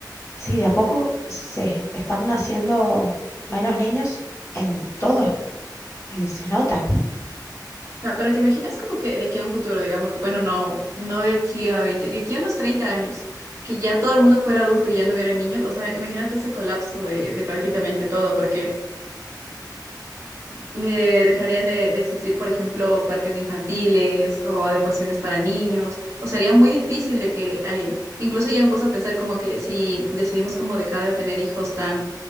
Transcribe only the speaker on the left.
sí, de a poco se están naciendo menos niños en todos y se nota.